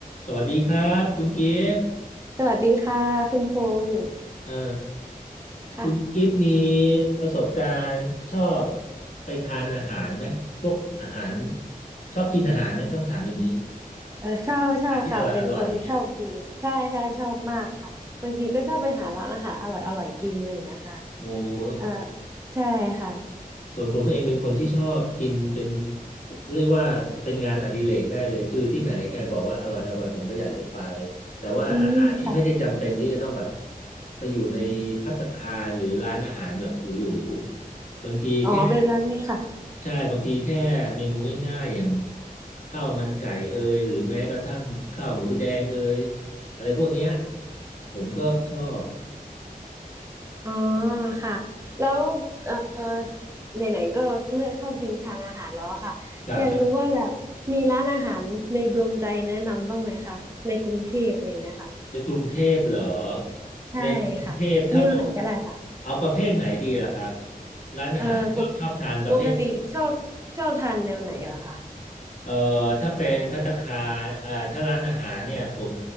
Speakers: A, on the left (about 55°); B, on the right (about 20°).
A: สวัสดีครับคุณกิฟต์
B: สวัสดีค่ะคุณพงษ์
A: เอ่อ
B: ค่ะ
A: คุณกิฟต์มีประสบการณ์ชอบไปทานอาหารไหม พวกอาหารชอบกินอาหารไหมต้องถามอย่างนี้
B: เออชอบชอบค่ะเป็นคนชอบกินใช่ใช่ชอบมากค่ะบางทีก็ชอบไปหาร้านอาหารอร่อยอร่อยกินอะไรอย่างเงี้ยค่ะ
A: อาหารที่อร่อยอร่อยเนี่ยโอ้
B: เออใช่ค่ะ
A: ส่วนผมเองเป็นคนที่ชอบกินเป็นเรียกว่าเป็นงานอดิเรกได้เลยคือที่ไหนใครบอกว่าอร่อยอร่อยผมก็อยากจะไปแต่ว่าอาหารที่ไม่ได้จำเป็นที่จะต้องแบบ
B: อืมค่ะ
A: ไปอยู่ในภัตตาคารหรือร้านอาหารแบบหรูๆบางทีแค่
B: อ๋อเป็นร้านค่ะ
A: ใช่บางทีแค่เมนูง่ายๆอย่างข้าวมันไก่เอยหรือแม้กระทั่งข้าวหมูแดงเอยอะไรพวกเนี้ยผมก็ชอบ
B: อ๋อค่ะแล้วเออไหนๆก็เลือกชอบกินทานอาหารแล้วอะค่ะอยากรู้ว่าแบบมีร้านอาหารในดวงใจแนะนำบ้างไหมคะในกรุงเทพอะไรอย่างเงี้ยค่ะ
A: ครับ ในกรุงเทพเหรอ
B: ใช่ค่ะนิ้วไหนก็ได้ค่ะ
A: ในกรุงเทพถ้าบอกเอาประเภทไหนดีล่ะครับร้านอาหารชอบชอบทานประเภทไหน
B: เออปกปกติชอบชอบทานแนวไหนล่ะคะ
A: เอ่อถ้าเป็นภัตตาคารเอ่อถ้าร้านอาหารเนี่ยผม